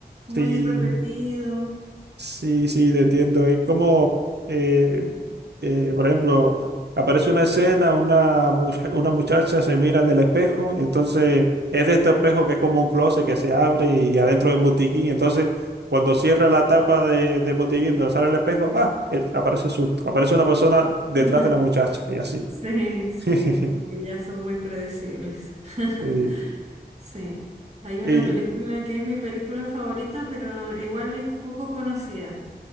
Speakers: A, on the right; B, on the right.
A: muy
B: sí,
A: repetido.
B: Sí, sí, te entiendo. Es como, eh, eh, por ejemplo, aparece una escena, una, muj- una muchacha se mira en el espejo y entonces es de este espejo que es como un closet que se abre y adentro es un botiquín. Entonces, cuando cierra la tapa de, del botiquín, donde sale el espejo, ¡ah! eh, aparece susto. Aparece una persona detrás
A: <laughs>
B: de la muchacha y así.
A: Sí, sí,
B: <laughs>
A: como que ya son muy predecibles. <laughs>
B: Y,
A: Sí. Hay una
B: y-
A: película que es mi película favorita, pero igual es poco conocida.